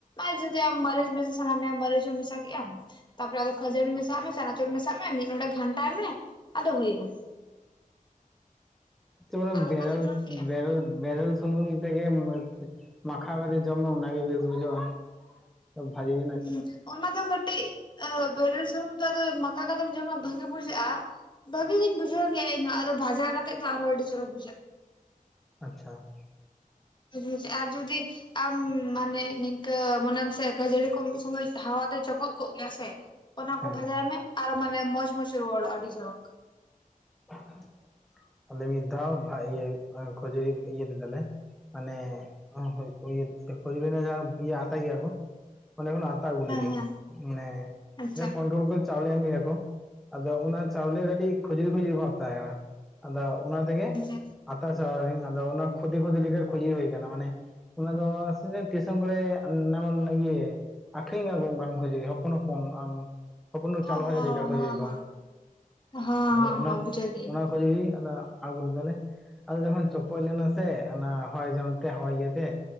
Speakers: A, on the left; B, in the centre.
A: ᱟᱨ ᱡᱩᱫᱤ ᱟᱢ ᱢᱟ. ᱨᱤᱪ ᱢᱮᱥᱟ ᱥᱟᱱᱟ ᱢᱮᱭᱟ ᱢᱟᱹᱨᱤᱪ ᱦᱚᱸᱢ ᱢᱮᱥᱟ ᱠᱮᱜ ᱟᱢ ᱾ ᱛᱟᱯᱚᱨᱮ ᱟᱫᱚ ᱠᱷᱟᱹᱡᱟᱹᱲᱤ ᱢᱮᱥᱟ ᱟᱜ ᱢᱮ ᱪᱟᱱᱟᱪᱩᱨ ᱢᱮᱥᱟ ᱟᱜ ᱢᱮ ᱢᱤᱫ ᱰᱚᱸᱰᱮᱠ ᱜᱷᱟᱱᱴᱟᱭ ᱢᱮ, ᱟᱫᱚ ᱦᱩᱭ ᱮᱱᱟ ᱾
B: ᱛᱚ ᱚᱱᱟ
A: ᱟᱬᱜᱚ
B: ᱵᱮᱨᱮᱞ
A: ᱠᱟᱛᱮ ᱡᱚᱢ ᱠᱮᱜᱼᱟ
B: ᱵᱮᱨᱮᱞ ᱵᱮᱨᱮᱞ ᱥᱩᱱᱩᱢ ᱛᱮᱜᱮᱢ ᱢᱟᱠᱷᱟᱣ ᱠᱟᱛᱮᱜ ᱡᱚᱢ ᱢᱮ ᱚᱱᱟ ᱜᱮ ᱵᱮᱥ ᱵᱩᱡᱷᱟᱹᱜᱼᱟ ᱾ ᱛᱚ ᱵᱷᱟᱹᱡᱤ
A: ᱦᱩᱸ ᱚᱱᱟ ᱫᱚ ᱠᱟᱹᱴᱤᱡ ᱵᱮᱨᱮᱞ ᱥᱩᱱᱩᱢ ᱫᱚ ᱟᱫᱚ ᱢᱟᱠᱷᱟᱣ ᱠᱟᱛᱮᱢ ᱡᱚᱢᱟ ᱵᱷᱟᱹᱜᱤ ᱵᱩᱡᱷᱟᱹᱜᱼᱟ ᱾ ᱵᱷᱟᱹᱜᱤ ᱜᱤᱧ ᱵᱩᱡᱷᱟᱹᱣ ᱜᱮᱭᱟ ᱤᱧ ᱦᱚᱸ ᱾ ᱟᱫᱚ ᱵᱷᱟᱡᱟ ᱠᱟᱛᱮᱫ ᱫᱚ ᱟᱨᱦᱚᱸ ᱟᱹᱰᱤ ᱪᱚᱨᱚᱠ ᱵᱩᱡᱷᱟᱹᱜᱼᱟ ᱾
B: ᱟᱪᱪᱷᱟ ᱾
A: ᱢᱩᱪ ᱢᱩᱪᱟᱹᱜ-ᱟ ᱟᱨ ᱡᱩᱫᱤ ᱟᱢ ᱢᱟᱱᱮ ᱱᱤᱝᱠᱟᱹ ᱢᱚᱱᱮᱢ ᱥᱮ ᱠᱷᱟᱹᱡᱟᱲᱤ ᱠᱚ ᱢᱤᱫ ᱥᱚᱢᱚᱭ ᱦᱟᱣᱟ ᱛᱮ ᱪᱚᱯᱚᱫ ᱠᱚᱜ ᱜᱮᱭᱟ ᱥᱮ ᱾ ᱚᱱᱟ
B: ᱦᱮᱸ
A: ᱠᱚ ᱵᱷᱟᱡᱟᱭ ᱢᱮ ᱟᱨᱚ ᱢᱟᱱᱮ ᱢᱚᱸᱪ ᱢᱚᱸᱪᱮ ᱨᱩᱣᱟᱹᱲᱚᱜᱼᱟ ᱟᱹᱰᱤ ᱪᱚᱨᱚᱠ ᱾
B: <inaudible> ᱟᱞᱮ ᱢᱤᱫ ᱫᱷᱟᱣ ᱵᱷᱟ ᱤᱭᱟᱹ ᱠᱷᱟᱹᱡᱟ. ᱲᱤ ᱤᱭᱟᱹ ᱞᱮᱫᱟ ᱞᱮ ᱾ ᱢᱟᱱᱮ ᱦᱳᱭ ᱠᱷᱟᱹᱡᱟᱹᱲᱤ ᱡᱟᱦᱟᱸ ᱨᱮ ᱤᱭᱟᱹ ᱟᱛᱟᱭ ᱜᱮᱭᱟ ᱠᱚ ᱾ ᱚᱸᱰᱮ ᱠᱷᱚᱱ ᱦᱟᱛᱟᱣ ᱟᱹᱜᱩ
A: ᱦᱮᱸ
B: ᱞᱮᱫᱤᱧ
A: ᱦᱮᱸ
B: ᱾ ᱢᱟᱱᱮ
A: ᱟᱪᱪᱷᱟ
B: ᱡᱟᱦᱟᱸ ᱠᱚᱱᱴᱳᱞ ᱠᱷᱚᱡ ᱪᱟᱣᱞᱮ ᱮᱢ ᱜᱮᱭᱟ ᱠᱚ ᱟᱫᱚ ᱚᱱᱟ ᱪᱟᱣᱞᱮ ᱠᱟᱹᱴᱤᱡ ᱠᱷᱟᱹᱡᱟᱹᱲᱤ ᱠᱷᱟᱹᱡᱟᱹᱲᱤ ᱵᱷᱟᱵᱽ ᱛᱟᱦᱮᱸ ᱠᱟᱱᱟ ᱾ ᱟᱫᱚ ᱚᱱᱟ ᱛᱮᱜᱮ
A: ᱟᱪᱪᱷᱟ
B: ᱟᱛᱟ ᱪᱟᱞᱟᱣ ᱞᱮᱱᱤᱧ ᱾ᱟᱫᱚ ᱚᱱᱟ ᱠᱷᱚᱫᱮ ᱠᱷᱚᱫᱮ ᱞᱮᱠᱟ ᱠᱷᱚᱡᱤ ᱦᱩᱭ ᱠᱟᱱᱟ ᱾ ᱢᱟᱱᱮ ᱚᱱᱟ ᱫᱚ ᱛᱤᱱᱟᱹᱜ ᱴᱮᱥᱚᱱ ᱠᱚᱨᱮ, ᱚᱱᱟ ᱢᱟᱱᱮ ᱤᱭᱮ ᱟᱠᱷᱨᱤᱧ ᱜᱮᱭᱟ ᱠᱚ ᱚᱱᱠᱟᱱ ᱠᱷᱟᱹᱡᱟᱹᱲᱤ, ᱦᱚᱯᱚᱱ ᱦᱚᱯᱚᱱ ᱦᱚᱯᱚᱱ <unintelligible> ᱠᱷᱟᱹᱡᱟᱹᱲᱤ
A: ᱚ ᱦᱚᱸ ᱦᱚᱸ
B: ᱠᱚ
A: ᱦᱚᱸ
B: ᱾
A: ᱦᱚᱸ
B: ᱟᱫᱚ
A: ᱦᱚᱸ
B: ᱚᱱᱟ,
A: ᱦᱚᱸ ᱵᱩᱡᱷᱟᱹᱣ ᱠᱮᱜ
B: ᱚᱱᱟ
A: ᱟᱹᱧ
B: ᱠᱟᱹᱡᱟᱹᱲᱤ ᱟᱫᱚ ᱟᱹᱜᱩ ᱞᱮᱫᱟ ᱞᱮ ᱾ ᱟᱫᱚ ᱡᱚᱠᱷᱚᱱ ᱪᱚᱯᱚᱫ ᱞᱮᱱᱟ ᱥᱮ ᱚᱱᱟ ᱦᱚᱭ ᱡᱚᱢ ᱛᱮ ᱦᱚᱭ ᱤᱭᱟᱹ ᱛᱮ